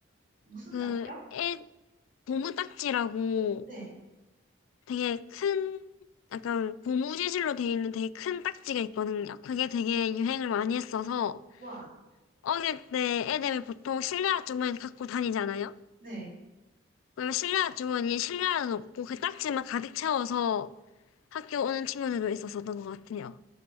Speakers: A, on the right (about 40°); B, on the left (about 80°).
A: 무슨
B: 그
A: 딱지요?
B: 애 고무딱지라고
A: 네.
B: 되게 큰, 약간 고무 재질로 되어 있는 되게 큰 딱지가 있거든요. 그게 되게 유행을 많이 했어서
A: 와,
B: 어릴 때 애들 보통 실내화 주머니 갖고 다니잖아요.
A: 네.
B: 그러면 실내화 주머니에 실내화는 없고 그 딱지만 가득 채워서 학교 오는 친구들도 있었었던 것 같아요.